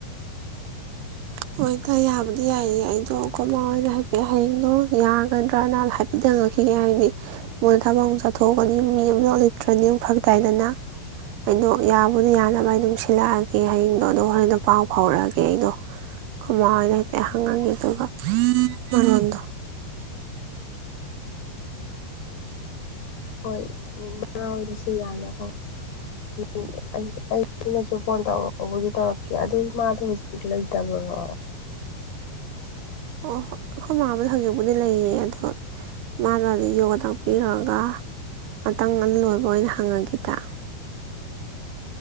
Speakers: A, on the right (about 80°); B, on the left (about 85°).
A: ꯍꯣꯏ ꯇꯥ ꯌꯥꯕꯨꯗꯤ ꯌꯥꯏꯌꯦ ꯑꯩꯗꯣ ꯑꯥꯈꯣꯏꯃꯥ ꯑꯣꯏꯅ ꯍꯥꯏꯐꯦꯞ ꯍꯌꯦꯡꯗꯣ ꯌꯥꯒꯗ꯭ꯔꯅ ꯍꯥꯏꯐꯦꯠꯇꯡ ꯍꯪꯉꯛꯈꯤꯒꯦ ꯍꯥꯏꯗꯤ ꯃꯣꯏ ꯊꯕꯛ ꯑꯃ ꯆꯠꯊꯣꯛꯄꯒꯤ ꯃꯤ ꯑꯃꯇ ꯂꯩꯇ꯭ꯔꯥꯗꯤ ꯐꯔꯛ ꯇꯥꯏꯗꯅ ꯑꯩꯗꯣ ꯌꯥꯕꯨꯗꯤ ꯌꯥꯅꯕ ꯑꯩ ꯑꯗꯨꯝ ꯁꯤꯜꯂꯛꯑꯒꯦ ꯍꯌꯦꯡꯗꯣ ꯑꯗꯣ ꯍꯣꯔꯦꯟꯗ ꯄꯥꯎ ꯐꯥꯎꯔꯛꯑꯒꯦ ꯑꯩꯗꯣ ꯈꯣꯏꯃꯥ ꯍꯣꯏꯗ ꯍꯥꯏꯐꯦꯠ ꯍꯪꯉꯥꯡꯉꯦ ꯑꯗꯨꯒ ꯃꯔꯣꯟꯗꯣ
B: ꯍꯣꯏ ꯎ ꯉ ꯅꯁꯨ ꯌꯥꯅꯕ ꯎꯝ ꯑꯥ-ꯑꯩ-ꯑꯩꯅꯁꯨ ꯐꯣꯟ ꯇꯧꯔꯥꯑꯣ ꯇꯧꯕꯨꯗꯤ ꯇꯧꯔꯛꯀꯦ ꯑꯗꯨ ꯏꯃꯥꯗꯣ ꯍꯧꯖꯤꯛ ꯂꯩꯇꯕꯥꯔꯣ
A: ꯑꯣ ꯍꯣꯏ ꯑꯩꯈꯣꯏ ꯃꯥꯕꯨꯗꯤ ꯍꯧꯖꯤꯛꯄꯨꯗꯤ ꯂꯩꯌꯦ ꯑꯗꯣ ꯃꯥꯅ ꯌꯣꯒ ꯇꯥꯛꯄꯤꯔꯒ ꯉꯥꯛꯇꯪ ꯉꯟ ꯂꯣꯏꯕ ꯑꯣꯏꯅ ꯍꯪꯉꯒꯦ ꯏꯇꯥ